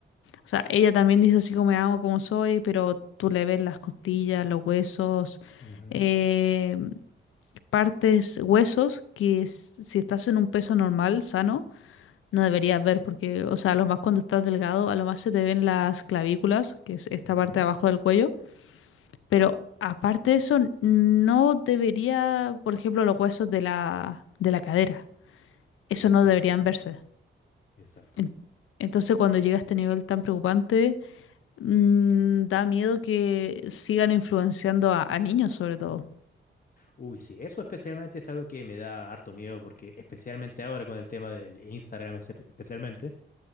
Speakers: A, on the left; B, on the left.
A: O sea, ella también dice así como me amo, como soy, pero tú le ves las costillas, los huesos,
B: Ujú,
A: eh, partes, huesos que s- si estás en un peso normal, sano, no deberías ver, porque, o sea, a lo más cuando estás delgado, a lo más se te ven las clavículas, que es esta
B: ujú.
A: parte de abajo del cuello, pero... Aparte de eso, no debería, por ejemplo, los huesos de la, de la cadera. eso
B: Exacto,
A: no deberían
B: exacto,
A: verse.
B: exacto.
A: En- Entonces, cuando llega a este nivel tan preocupante, mm, da miedo que sigan influenciando a, a niños, sobre todo.
B: Uy, sí, eso especialmente es algo que me da harto miedo porque especialmente ahora con el tema del Instagram espe- especialmente,